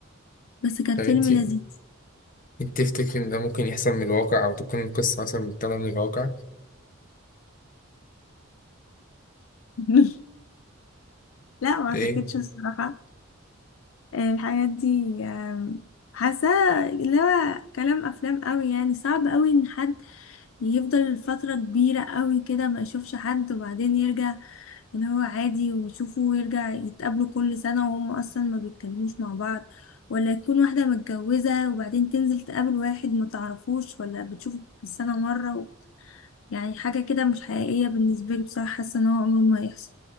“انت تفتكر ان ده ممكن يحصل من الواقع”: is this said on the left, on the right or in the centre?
Left